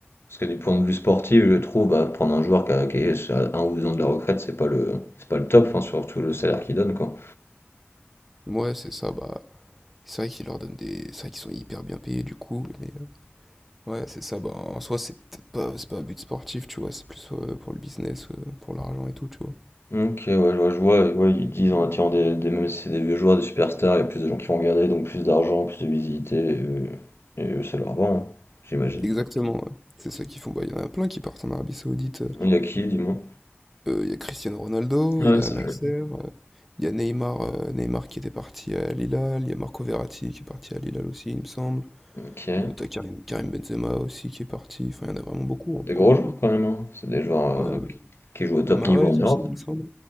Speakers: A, on the left; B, in the centre.
A: parce que du point de vue sportif, je trouve, bah, prendre un joueur qui, a- qui est à un ou deux ans de la retraite, c'est pas le, c'est pas le top, enfin, surtout le salaire qu'il donne, quoi.
B: Ouais, c'est ça, bah, c'est vrai qu'ils leur donnent des... C'est vrai qu'ils sont hyper bien payés, du coup, mais... euh, ouais, c'est ça, bah, en soi, c'est peut-être pas, c'est pas un but sportif, tu vois, c'est plus euh, pour le business, euh, pour l'argent et tout, tu vois.
A: OK, ouais, je vois, je vois, ouais, ils disent en attirant des, des- même si c'est des vieux joueurs, des superstars, il y a plus de gens qui vont regarder, donc plus d'argent, plus de visibilité, et, eux- et eux, ça leur va, hein, j'imagine.
B: Exactement, ouais. C'est ça qu'ils font. Bah, il y en a plein qui partent en Arabie Saoudite.
A: Il y a qui, dis-moi?
B: Euh, il y a Cristiano Ronaldo,
A: Ouais,
B: il y a
A: ça
B: Al Nasser,
A: joue.
B: euh, il y a Neymar, euh, Neymar qui était parti à Al Hilal, il y a Marco Verratti qui est parti à Al Hilal aussi, il me semble.
A: Ok. Ouais,
B: Euh, t'as Karim, Karim Benzema aussi qui est parti. Enfin, il y en a vraiment beaucoup hein,
A: des
B: pour
A: gros
B: le coup.
A: joueurs quand même, hein. C'est des joueurs
B: Ouais, euh,
A: euh, qui jouent au top
B: Mahrez
A: niveau en Europe.
B: aussi, il me semble.